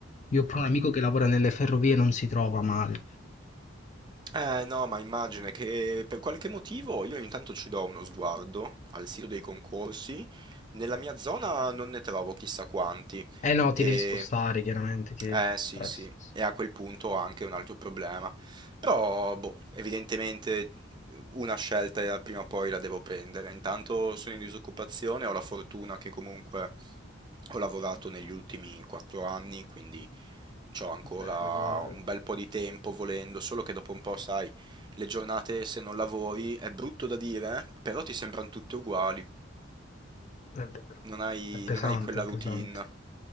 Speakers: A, on the left; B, on the right.
A: Io ho proprio un amico che lavora nelle ferrovie, non si trova male.
B: Eh no, ma immagina che eh, per qualche motivo io intanto ci do uno sguardo al sito dei concorsi, nella mia zona non ne trovo chissà quanti
A: Eh no, ti
B: e
A: devi spostare, chiaramente ti devi
B: eh
A: spostare.
B: sì, sì,
A: sì, sì.
B: e a quel punto anche un altro problema. Però, boh, evidentemente una scelta eh, prima o poi la devo prendere. Intanto sono in disoccupazione, ho la fortuna che comunque ho lavorato negli ultimi quattro anni, quindi ho ancora
A: Eh, meno male.
B: un bel po' di tempo volendo, solo che dopo un po', sai, le giornate se non lavori è brutto da dire, eh, però ti sembrano tutte uguali,
A: È vero.
B: non hai
A: È pesante,
B: non hai quella
A: è pesante.
B: routine.